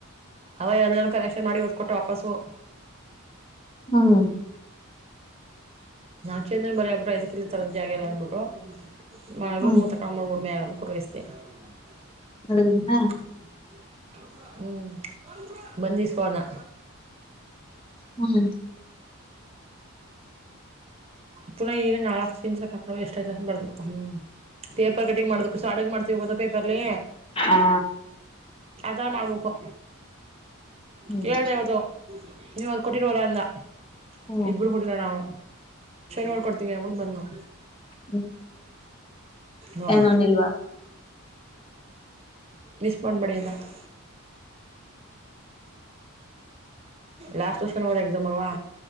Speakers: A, on the right; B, on the left.
A: ಅವೇ ಎಲ್ಲಾನ ಕಲೆಕ್ಷನ್ ಮಾಡಿ ಕೊಟ್ಟೆ ವಾಪಸ್ಸು.
B: ಹ್ಮ <unintelligible>
A: ನಾವ್ ಚೇಂದ್ರನ್ ಬರರಿ ಆ್ಬಿಟ್ಟು ದ್ಕ್ಕ ಇಲ್ಲಿ ತರದ್ ಜಾಗ ಇಲ್ಲ ಅಂದ್ಬಿಟ್ಟು ಮ
B: ಹ್ಮ್
A: ರೂಮ್ ತ <unintelligible> ಕಮರ ೂಡಮರಾಮ ಕೊಟ ವತೇ <unintelligible>
B: ಅಡುಗದನಾ
A: ಹ್ಮ್, ಬಂದ ಇಸ್ಕೋಣ್ಣ.
B: ಹ್ಮ <inaudible> <inaudible>
A: ಪುನಃ ಈಗ ನಾಲ್ಕಕ್ ಸಿಂಚಿನ ಕಕೊಂಡ ಎಷ್ಟಐ್ತ ಬರ್ಬೇಕು ಹ್ಮ್ <unintelligible> ಪೇಪರ್ ಕಟಿಂಗ್ ಮಾಡದು ಅಡಗ ಮಾಡ್ತಿವಿ ಗೊತ್ತಾಪೇಪರ್ಲ್ಲಿ.
B: ಆ
A: ಆತರ ಮಾಡ್ಬೇಕು
B: ಹ್ಮ್
A: ಕೇಳ್ದ ಅವದು ನೀಅದ್ ಕೊಟ್ಟಿರ್ವಲ್ಲ ಅಂದ
B: ಹ್ಮ್
A: ಇಬರು ಕೊಟ್ಟರ ನಾವು <unintelligible> ಶನಿವಾರ ಕೊಡ್ತೀವಿ ಅ <unintelligible> ಬಂದವು
B: ಹ್ಮ್,
A: ನೋಡ
B: ಏನೋನ್ಲ್ವಾ <unintelligible>
A: ಮಿಸ್ ಮಾಡಂಡ್ಬಡಿಯದ <unintelligible> ಲಾಸ್ಟ್ ವರ್ಷ <unintelligible> ಎಕ್ಸಾಮ ಅಲ್ವಾ